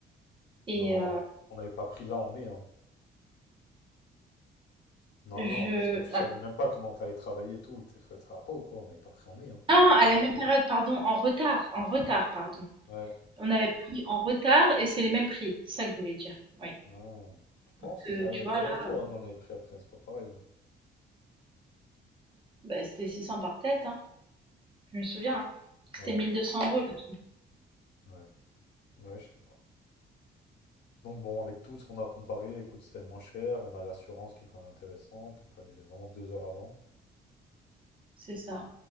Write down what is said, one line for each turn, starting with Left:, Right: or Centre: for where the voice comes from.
Right: Et
Left: Non,
Right: euh,
Left: on n'avait pas pris là en mai, hein. Non,
Right: je...
Left: non, parce que tu savais même pas comment t'allais travailler et tout. T'es fait, ça va pas ou quoi? On n'avait pas pris en mai, hein.
Right: Ah, à la même période, pardon, en retard, en retard, pardon.
Left: Ouais.
Right: On avait pris en retard et c'est les mêmes prix, c'est ça que je voulais dire. Oui.
Left: Ah. Tu penses?
Right: Que,
Left: Avec
Right: tu vois,
Left: Azerto,
Right: là, euh,
Left: Tour, ah non, on avait pris après, c'est pas pareil, hein.
Right: bah, c'était 600 par tête, hein. Je me souviens, hein. C'était
Left: Ouais,
Right: 1200 euros. le
Left: ouais. Ouais, je sais pas. Donc bon, avec tout ce qu'on a comparé, écoute, c'était le moins cher. On a l'assurance qui est quand même intéressante. On peut annuler vraiment deux heures avant.
Right: C'est ça,